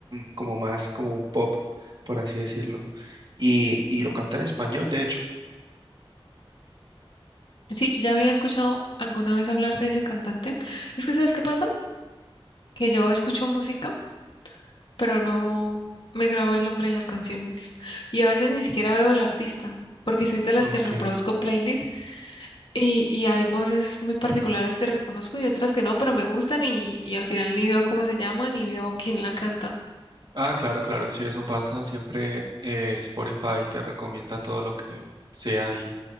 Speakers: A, on the right; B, on the left.
A: como más, como un pop, por así decirlo, y, y lo canta en español, de hecho.
B: Sí, yo ya había escuchado alguna vez hablar de ese cantante. Es que ¿sabes qué pasa? Que yo escucho música, pero no me grabo el nombre de las canciones y a veces ni siquiera veo el artista porque soy de las
A: Ok.
B: que reproduzco playlists Y, y hay voces muy particulares que reconozco y otras que no, pero me gustan y, y al final ni veo cómo se llaman ni veo quién la canta.
A: Ah, claro, claro, sí, eso pasa. Siempre eh, Spotify te recomienda todo lo que sea y